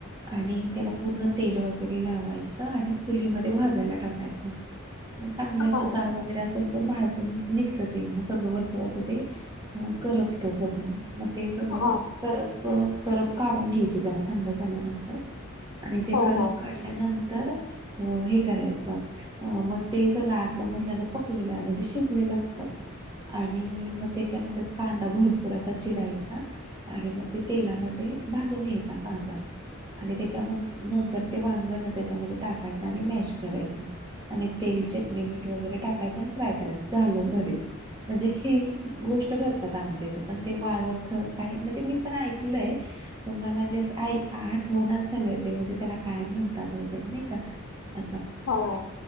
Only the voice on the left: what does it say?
हो
हो
हो
हो.
हो